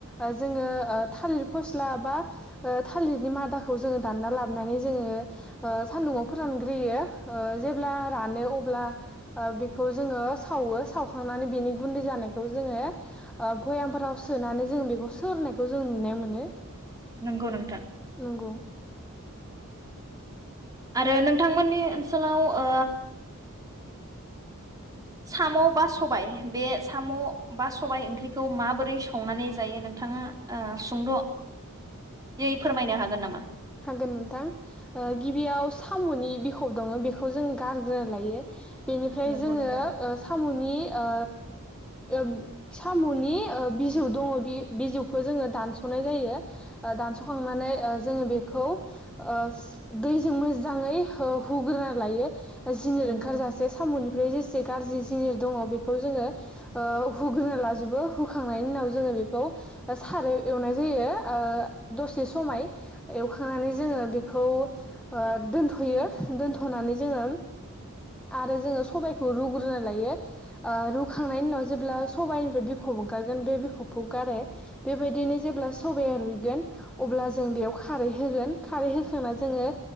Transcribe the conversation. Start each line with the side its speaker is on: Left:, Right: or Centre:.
Centre: ओ जोङो थालिर फस्ला बा ओ थालिरनि मादाखौ जोङो दानना लाबनानै जोङो ओ सान्दुंङाव फोरानग्रोयो ओ जेब्ला रानो अब्ला ओ बेखौ जोङो सावो सावखांनानै बेनि गुन्दै जानायखौ जोङो ओ भयामफोराव सोनानै जों बेखौ सोरनायखौ जों नुनाय मोनो
Right: नोंगौ नोंथां
Centre: नंगौ
Right: रो नोंथांमोननि ओ सोलाव ओ साम' बा सबाइ बे साम बा सबाइ ओंख्रिखौ माबोरै संनानै जायो नोंथाङा ओ सुंद यै फोरमायनो हागोन नामा?
Centre: हागोन नोंथां ओ गिबियाव साम'नि बिखब दङ बेखौ जों गारग्रोना लायो बेनिफ्राय
Right: नंगौ
Centre: जोङो
Right: नोंथां
Centre: ओ सामनि ओ एब सामनि ओ बिजौ दङ बि बिजौखौ जोङो दानसनाय जायो ओ दानसखांनानै ओ जोङो बे खौ ओ दैजों मोजाङै हो हुग्रोना लायो जिनोर
Right: नंगौ
Centre: ओंखारजासे सामनि फ्राय जेसे गाज्रि जिनिर दङ बेखौ जोङो ओ हुग्रोना लाजोबो हुखांनायनि उनाव जोङो बेखौ सारायाव एवनाय जायो ओ दसे समाय एवखांनानै जोङो बेखौ ओ दोनथयो दोनथनानै जोङो आरो जोङो सबाइखौ रुग्रोना लायो ओ रुखांनायनि उनाव जेब्ला सबाइनिफ्राय बिखब ओंखारगोन बे बिखबखौ गारो बेबायदिनो जेब्ला सबाया रुइगोन अब्ला जों बेयाव खारै होगोन खारै होखांना जोङो